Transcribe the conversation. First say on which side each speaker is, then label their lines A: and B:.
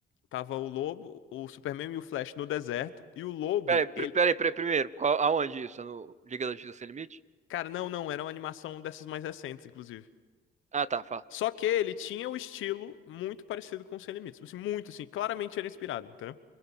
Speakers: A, on the left (about 80°); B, on the right (about 35°).
A: Tava o Lobo, o Superman e o Flash no deserto. E o Lobo,
B: Peraí, peraí,
A: ele.
B: peraí, peraí, primeiro, qual- aonde isso? No Liga da Justiça Sem Limite?
A: Cara, não, não, era uma animação dessas mais recentes, inclusive.
B: Ah, tá, fala.
A: Só que ele tinha o estilo muito parecido com o Sem Limites. tipo assim, muito, assim, claramente era inspirado, entendeu?